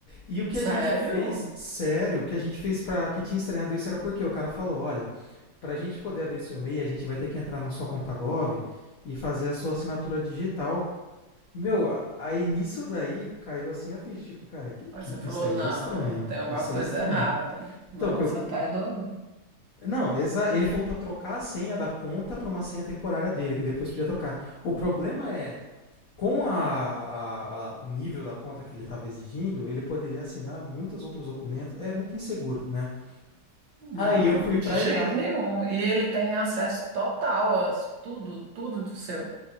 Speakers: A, on the left; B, on the right.
A: E o que
B: sério?
A: a gente fez, sério, o que a gente fez para que tinha estranhado isso era porque o cara falou, olha, para a gente poder abrir seu MEI, a gente vai ter que entrar na sua conta Gov e fazer a sua assinatura digital. Meu, aí nisso daí caiu assim a ficha, tipo, cara, que,
B: Aí
A: que
B: você falou,
A: isso aí
B: não,
A: é estranho,
B: tem alguma
A: isso
B: coisa
A: é estranho.
B: errada. Não,
A: Então, o que eu
B: você tá é doido.
A: não, exa ele falou pra trocar a senha da conta pra uma senha temporária dele, que depois podia trocar. O problema é, com a, a- a- o nível da conta que ele estava exigindo, ele poderia assinar muitos outros documentos. É muito inseguro, né?
B: Não,
A: Aí eu fui
B: de
A: pra
B: jeito
A: IA.
B: nenhum. E ele tem acesso total a tudo, tudo do seu.